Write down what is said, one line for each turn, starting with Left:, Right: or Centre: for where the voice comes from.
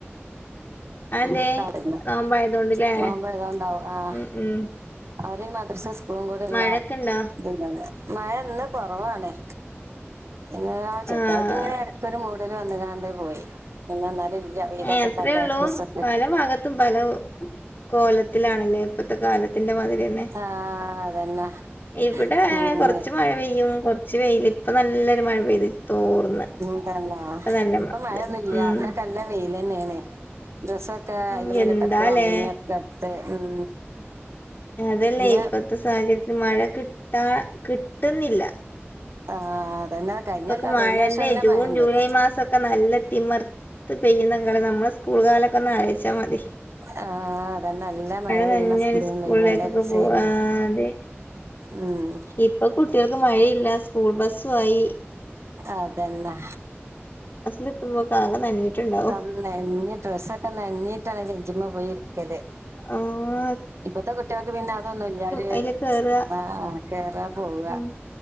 Left: അതെന്തേ
Right: ണ്ടാടെ നിന്നോ
Left: നോമ്പായതോണ്ട്ല്ലേ
Right: നോമ്പായതോണ്ടാവും ആഹ്
Left: ഉം ഉം
Right: അവര് മദ്രസേം സ്കൂളും കൂടെ ഉള്ള
Left: മഴൊക്കെണ്ടോ
Right: ഇതില്ലാന്ന് മഴ ഇന്ന് കൊറവാണേ ഇന്ന് ദാ ചെറുതായിട്ട്
Left: ആഹ്
Right: ഇങ്ങനെ ഇടക്കൊരു മൂടല് വന്ന് ദാണ്ടേ പോയി ഇന്ന് എന്നാല് അവിയലൊക്കത്തല്ല
Left: ഏഹ് അത്രേ ഉള്ളൂ
Right: ഡ്രസ്സ്
Left: പല ഭാഗത്തും പല കോലത്തിലാണല്ലേ ഇപ്പത്തെ കാലത്തിന്റെ മാതിരിയെന്നെ
Right: ആഹ് അതന്നെ
Left: ഇവിടെ
Right: ഉം
Left: കൊറച്ച് മഴ പെയ്യും കൊറ ച്ച് വെയില് ഇപ്പ നല്ലൊരു മഴ പെയ്ത് തോർന്ന്
Right: ഉം തന്നെ
Left: നല്ല
Right: ഇപ്പൊ
Left: മ
Right: മഴയൊന്നുംല്യ
Left: ഇത് ഉം
Right: ഇന്നൊക്കല്ല വെയിലന്നേണ് ഡ്രസ്സോ ക്കെ
Left: ഉം
Right: അയില് മേലിട്ടൊക്കെ
Left: എന്താലേ
Right: ഉണങ്ങിയൊക്കെടുത്ത് ഉം
Left: അതല്ലേ
Right: ഇന്ന്
Left: ഇപ്പത്തെ സാഹചര്യത്തിൽ മഴ കിട്ടാ കിട്ട്ന്നില്ല
Right: ആഹ് അതന്നെ കഴിഞ്ഞല്ല
Left: ഇപ്പൊക്കെ മഴേന്റെ
Right: കഴിഞ്ഞ വർഷം എല്ലാം
Left: ജൂൺ
Right: മഴ ഉണ്ടായി
Left: ജൂലൈ മാസൊക്കെ നല്ല തിമർ ത്ത് പെയ്യുന്നങ്കള് നമ്മളെ സ്കൂൾ കാലൊക്കൊന്ന് ആലോയിച്ചാമതി
Right: ആഹ് അതെന്നെ നല്ല മഴ
Left: നനഞ്ഞൊരു
Right: പെയണ സ്ഥിതിണ്ടേയ്നി
Left: സ്കൂളിലേക്കൊക്കെ
Right: നല്ല രസെയ്നി
Left: പോവാ അതെ
Right: മ്മ്
Left: ഇപ്പൊ കുട്യാൾക്ക് മഴയില്ല സ്കൂൾ ബസ്സുആയി
Right: അതന്നെ
Left: എത്തുമ്പോകാകെ നഞ്ഞിട്ട്ണ്ടാ
Right: ന്ന് നഞ്ഞ്ഡ്രെസൊക്കെ നഞ്ഞിട്ടാണ് ബെഞ്ചിമ്മ പോയി ഇരിക്കല്
Left: മ്മ്
Right: ഇപ്പത്തെ കുട്യാക്ക് പിന്നെ അതൊന്നുല്ലാര്
Left: അയില് കേറാ
Right: ആഹ് കേറാ പോവ
Left: ഉം